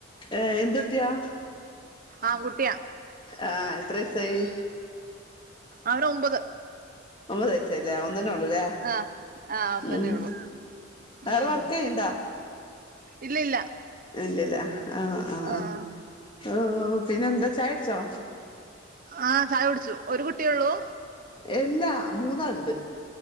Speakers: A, on the left; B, on the right.
A: ഏ എന്ത് കുട്ടിയാ
B: ആൺകുട്ടിയാ
A: ആ എത്ര വയസായി
B: അവന് ഒമ്പത്
A: ഒമ്പത് വയസായാല്ലേ അവൻ തന്നെ ഉള്ളൂല്ലേ
B: ആഹ് ആഹ് അവൻ
A: ഉം
B: തന്നെ ഉള്ളു
A: വേറെ
B: ഉം
A: വർക്ക് ചെയ്യുന്നുണ്ടോ
B: ഇല്ല ഇല്ല
A: ഇല്ലല്ല ആ ആ
B: ആഹ്
A: ആ പിന്നെ എന്ത് ചായുട് ച്ചോ
B: ആ ചായ കുടിച്ചു ഒരു കുട്ടിയേള്ളൂ
A: എല്ലാ മൂന്നാള്ണ്ട്